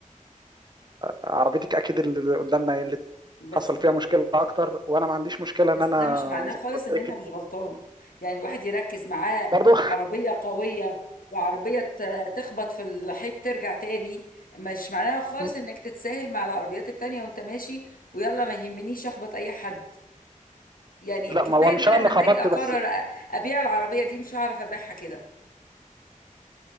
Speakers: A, on the right; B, on the left.
A: فعربيتك اكيد اللي قدامنا هي اللي
B: بس
A: حصل فيها مشكله اكتر وانا ما عنديش مشكله ان
B: بس
A: انا
B: ده مش معناه
A: زي
B: خالص
A: ما قلت
B: ان
A: لك
B: انت مش غلطان يعني الواحد يركز معاه
A: برضه
B: عربية قوية وعربية ت- تخبط في الحيط ترجع تاني مش معناها خالص
A: <laughs>
B: انك تتساهل مع العربيات التانية وانت ماشي ويلا ما يهمنيش اخبط اي حد يعني
A: لا
B: كفاية
A: ما هو مش
B: ان
A: انا
B: انا
A: اللي خبطت
B: لما اجي اقرر
A: بس
B: أ- ابيع العربية دي مش هعرف ابيعها كده